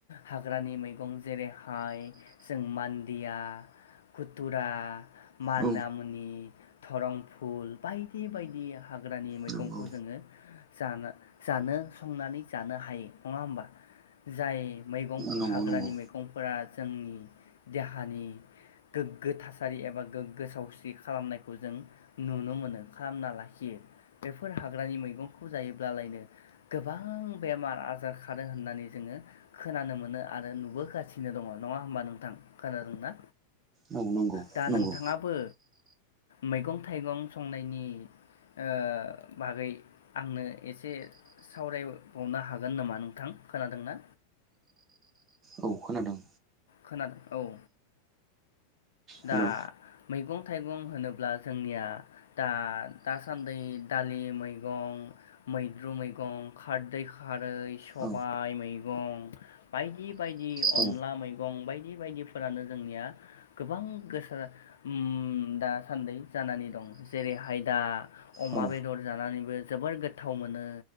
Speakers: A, on the left (about 60°); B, on the right (about 25°).
A: हाग्रानि मैगं जेरै हा हाय जों मान्दिया खुथुरा माना
B: औ
A: मुनि धरंफुल बायदि बायदि हाग्रानि मैगंखौ
B: नंगौ
A: जोङो जा- जानो संनानै जानो हायो नङा होमबा जाय मैगं
B: नंगौ
A: हाग्रानि
B: नंगौ
A: मैगं। फोरा जोंनि देहानि गोग्गो थासारि एबा गोग्गो सावस्रि खालामनायखौ जों नुनो मोनो खालामना लाखियो बेफोर हाग्रानि मैगंखौ जायोब्लालायनो गोबां बेमार आजार खादों होननानै जोङो खोनानो मोनो आरो नुबोगासि नो दङ नङा होमबा नोंथां खोनादोंना?
B: औ नंगौ
A: दा
B: नंगौ
A: नोंथाङाबो मैगं थाइगं संनायनि ओ बागै आंनो एसे सावरायबावनो हागोन नामा नोंथां खोनादोंना?
B: औ खोनादों
A: खोनादों औ।
B: हेल'
A: दा
B: औ
A: मैगं थाइगं होनोब्ला जोंनिया दा दासान्दि दालि मैगं मैद्रु मैगं खारदै खारै सबाय
B: औ
A: मैगं बायदि बायदि
B: औ
A: अनला मैगं बायदि बायदिफोरानो जोंनिया गोबां गोसार ओम दा सान्दै जानानै दं जेरैहाय दा अमा
B: औ
A: बेदर जानानैबो जोबोर गोथाव मोनो